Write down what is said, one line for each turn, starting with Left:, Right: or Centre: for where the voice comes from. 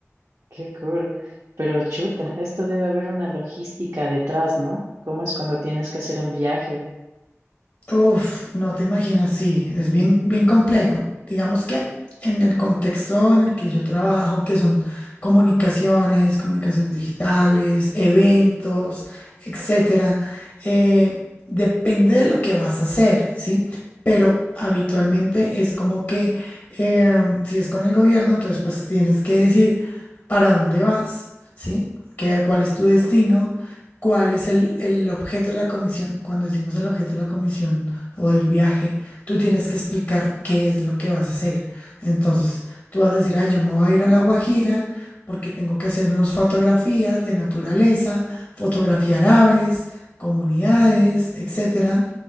Right: Qué cool. Pero chuta, esto debe haber una logística detrás, ¿no? ¿Cómo es cuando tienes que hacer un viaje?
Left: Uf, no te imaginas, sí, es bien, bien complejo. Digamos que en el contexto en el que yo trabajo, que son comunicaciones, comunicaciones digitales, eventos, etcétera, eh, depende de lo que vas a hacer, ¿sí? Pero habitualmente es como que eh, si es con el gobierno, entonces pues tienes que decir para dónde vas, ¿sí? ¿Qué, cuál es tu destino? cuál es el, el objeto de la comisión. Cuando decimos el objeto de la comisión o del viaje, tú tienes que explicar qué es lo que vas a hacer. Entonces, tú vas a decir, ay, yo me voy a ir a La Guajira porque tengo que hacer unas fotografías de naturaleza, fotografiar aves, comunidades, etcétera,